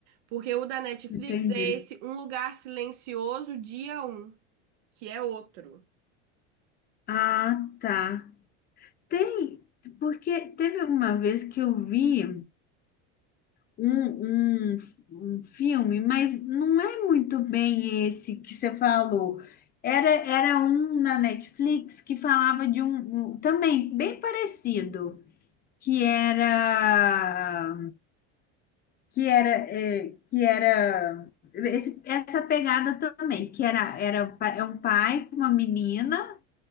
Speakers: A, on the right; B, on the left.
A: Porque o da Netflix
B: entendi.
A: é esse Um Lugar Silencioso, dia um, que é outro.
B: Ah, tá. Tem, porque teve uma vez que eu vi um, um, um filme, mas não é muito bem esse que você falou. Era, era um na Netflix que falava de um, um também bem parecido, que era que era é, que era esse- essa pegada também, que era era pa- é um pai com uma menina